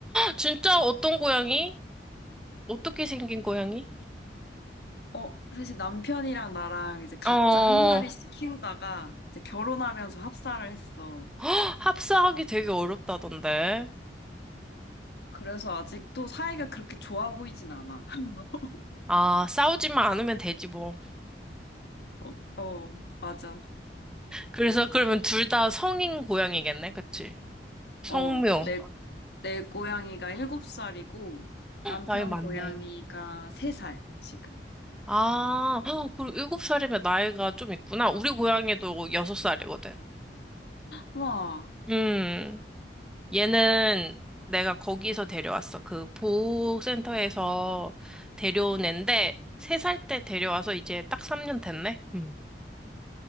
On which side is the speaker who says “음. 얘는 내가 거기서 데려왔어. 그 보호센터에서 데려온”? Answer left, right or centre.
Centre